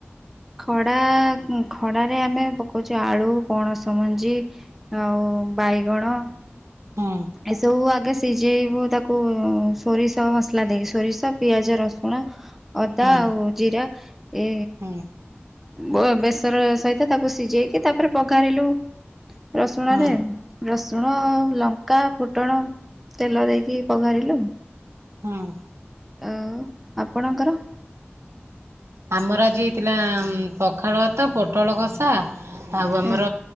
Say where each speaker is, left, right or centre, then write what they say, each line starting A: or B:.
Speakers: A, in the centre; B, on the right.
A: ଖଡ଼ା ଖଡ଼ାରେ ଆମେ ପକାଉଛୁ ଆଳୁ, ପଣସମଞ୍ଜି, ଆଉ ବାଇଗଣ
B: ହୁଁ
A: ଏସବୁ ଆଗେ ସିଝେଇବୁ ତାକୁ-ଉ-ଉ ସୋରିଷ ମସଲା ଦେଇକି। ସୋରିଷ, ପିଆଜ, ରସୁଣ, ଅଦା,
B: ହୁଁ
A: ଆଉ ଜିରା ଏ
B: ହୁଁ
A: ବୋ ବେସର ସହିତ ତାକୁ ସିଝେଇକି ତାପରେ ବଘାରିଲୁ ରସୁଣରେ
B: ହୁଁ
A: ରସୁଣ-ଅ-ଅ ଲ କା ଫୁଟଣ ତେଲ ଦେଇକି ପଘାରିଲୁ।
B: ହୁଁ
A: ଉଁ ଆ ଆପଣଙ୍କର?
B: ଆମର ଆଜି ହେଇଥିଲା ପଖାଳ ତ ପୋଟଳ କଷା ଆଉ ଆମର
A: ହଁ